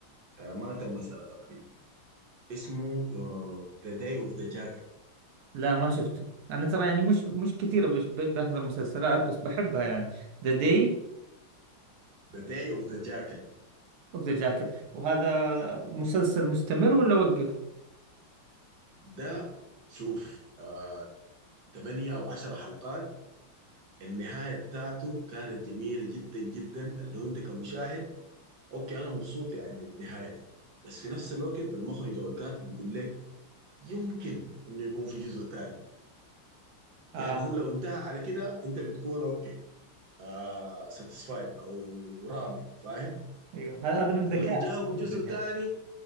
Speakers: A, on the right; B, on the right.
A: آه ما تم سنه تقريبا اسمه ذا داي اوف ذا جاكل
B: لا ما شفته انا ترى يعني مش مش كثير بش- ب- بحضر مسلسلات بس بحبها يعني ذا داي
A: ذا داي اوف ذا جاكل
B: اوف ذا جاكيت وهذا مسلسل مستمر ولا وقف
A: ده شوف آه 8 او 10 حلقات النهايه بتاعته كانت جميله جدا جدا اللي هو انت كمشاهد اوكي انا مبسوط يعني من النهايه دي بس في نفس الوقت المخرج او الكاتب بيقول لك يمكن انه يكون في جزء تاني
B: اه
A: يعني هو لو انتهى على كده انت بتكون اوكي آه ساتيسفايد او راضي فاهم
B: ايوه هذا هذا من
A: ولو
B: ذكاء
A: جابوا
B: المخرج
A: جزء
B: يعني
A: تاني